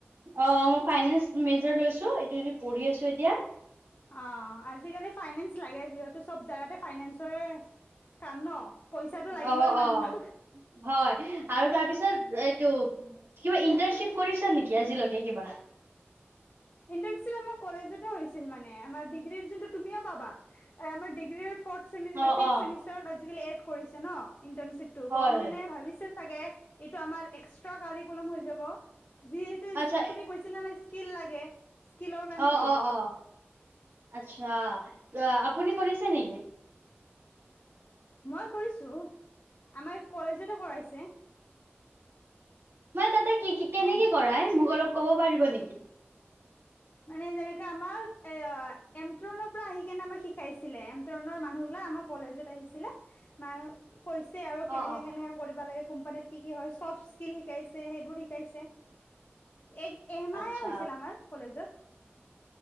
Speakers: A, on the right; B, on the left.
A: অ মই ফাইনেন্স মেজৰ লৈছো এইটো পঢ়ি আছো এতিয়া।
B: অ আজিকালি ফাইনেন্স লাগে যিহেতু চব জেগাতে ফাইনেন্সৰে কাম ন। পইচাটো লাগিবই
A: অ
B: মানুহক
A: অ হয় আৰু তাৰপিছত এইটো কিবা ইন্টাৰ্নশ্বিপ কৰিছা নেকি আজিলৈকে কিবা।
B: ইণ্টাৰ্ণচিপ আমাৰ কলেজতে হৈছিল মানে আমাৰ ডিগ্ৰীৰ যোনটো তুমিও পাবা আমাৰ ডিগ্ৰীৰ ফৰ্ট
A: অ',
B: ফিফথ
A: অ',
B: চেমিষ্টাৰত আজি কালি এট কৰিছে ন ইণ্টাৰণশ্বিপটো
A: হয়
B: গৰ্মেনে
A: হয়
B: ভাবিছে ছাগে এইটো আমাৰ এক্সট্ৰাকাৰিকুলম হৈ যাব। যিহেতু
A: আচ্ছা
B: তুমি কৈছিলা নে স্কিল লাগে। স্কিলৰ কাৰণে
A: অ',
B: দিয়ে।
A: অ', অ'। আচ্ছা আপুনি কৰিছে নেকি?
B: মই কৰিছো আমাৰ কলেজতে কৰাইছে।
A: মই তাতে কি কেনেকে
B: অ
A: কৰাই মোক অলপ ক'ব পাৰিব নেকি
B: মানে যেনেকা আমাৰ এ এমট্ৰনৰ পৰা আহি কেনে আমাক শিকাইছিলে এমট্ৰনৰ মানুহ বিলাক আমাৰ কলেজত আহিছিলে। ম কৈছে আৰু কেনেকে
A: অ', অ',
B: কেনেকে কৰিব লাগে। কোম্পানীত কি কি হয় চব স্কিল শিকাইছে সেইবোৰ শিকাইছে। এ এমাহ
A: আচ্ছা
B: হৈছিল আমাৰ কলেজত।